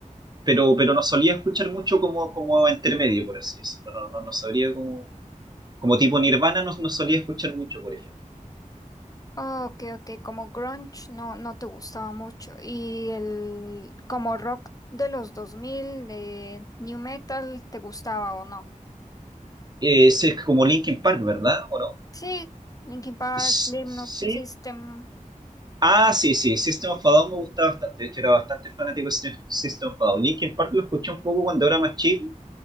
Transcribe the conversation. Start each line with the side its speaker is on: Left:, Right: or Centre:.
Right: pero, pero no solía escuchar mucho como, como entre medio, por así decirlo. No, no, no sabría como, como tipo Nirvana, no, no solía escuchar mucho, por ejemplo.
Left: Ah, ok, ok, como grunge no, no te gustaba mucho. Y el como rock de los 2000, de new metal, ¿te gustaba o no?
Right: Eh, ese es como Linkin Park, ¿verdad? ¿O no?
Left: Sí, Linkin Park,
Right: S-
Left: Slipknot,
Right: Sí,
Left: System.
Right: Ah, sí, sí, System of a Down me gustaba bastante. De hecho, era bastante fanático de Sy- System of a Down. Linkin Park lo escuché un poco cuando era más chico